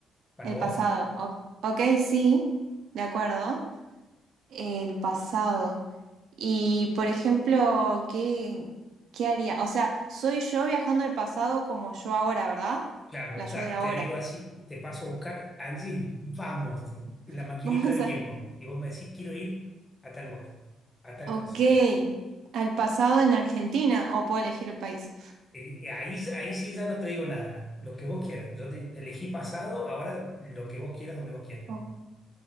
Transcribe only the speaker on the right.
el
pasado. O- ok, sí, de acuerdo. El pasado. Y, por ejemplo, ¿qué, qué haría? O sea, soy yo viajando al pasado como yo ahora, ¿verdad?
La
yo
de ahora.
<laughs>
Vamos
a
Ok,
al pasado en Argentina, o puedo elegir el país.
Ok,